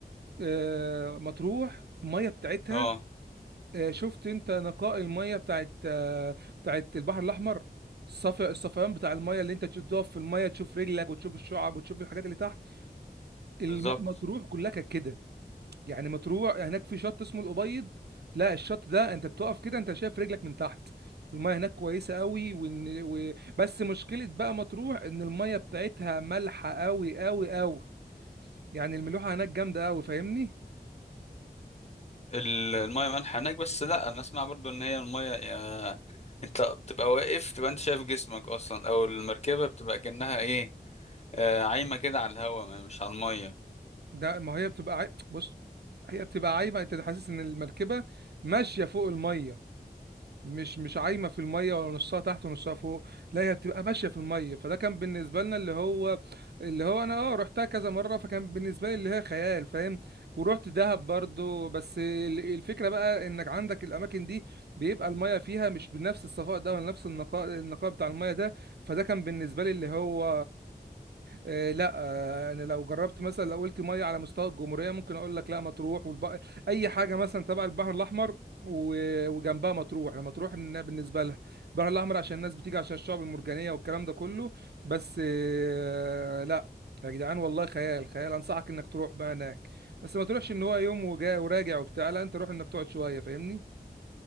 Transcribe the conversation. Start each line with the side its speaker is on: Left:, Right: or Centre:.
Right: آه، مطروح الميه بتاعتها
Left: اه
Right: آه، شفت انت نقاء الميه بتاعت آه، بتاعت البحر الاحمر الصفا الصفيان بتاع الميه اللي انت تقف في الميه تشوف رجلك وتشوف الشعب وتشوف الحاجات اللي تحت الم-
Left: بالظبط
Right: مطروح كلها كانت كده يعني مطروح هناك في شط اسمه الابيض لا الشط ده انت بتقف كده انت شايف رجلك من تحت الميه هناك كويسه قوي وإن و... بس مشكله بقى مطروح ان الميه بتاعتها مالحه قوي قوي قوي يعني الملوحه هناك جامده قوي فاهمني
Left: ال- المية مالحة هناك بس لا انا اسمع برضو ان هي المية آه، انت بتبقى واقف تبقى انت شايف جسمك اصلا او المركبة بتبقى كأنها ايه آه، عايمة كده على الهوا ما- مش على المية
Right: ده ما هي بتبقى عاي... بص هي بتبقى عايمه انت حاسس ان المركبه ماشيه فوق الميه مش مش عايمه في الميه ولا نصها تحت ونصها فوق لا هي بتبقى ماشيه في الميه فده كان بالنسبه لنا اللي هو اللي هو انا اه رحتها كذا مره فكان بالنسبه لي اللي هي خيال فاهم ورحت دهب برضو بس ال- الفكره بقى انك عندك الاماكن دي بيبقى الميه فيها مش بنفس الصفاء ده ولا نفس النقاء النقاء بتاع الميه ده فده كان بالنسبه لي اللي هو آه لا آه انا لو جربت مثلا لو قلت ميه على مستوى الجمهوريه ممكن اقول لك لا ما تروح والبق... اي حاجه مثلا تبع البحر الاحمر وجنبها مطروح انا مطروح إنها بالنسبه لها البحر الاحمر عشان الناس بتيجي عشان الشعب المرجانيه والكلام ده كله بس آه، لا يا جدعان والله خيال خيال انصحك انك تروح بقى هناك بس ما تروحش ان هو يوم وجاي وراجع وبتاع لا انت روح انك تقعد شويه فاهمني